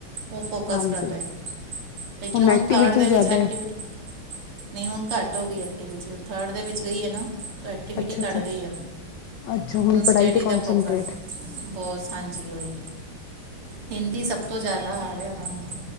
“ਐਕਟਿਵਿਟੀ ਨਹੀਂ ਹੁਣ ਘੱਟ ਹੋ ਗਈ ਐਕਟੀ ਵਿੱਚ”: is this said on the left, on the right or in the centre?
Right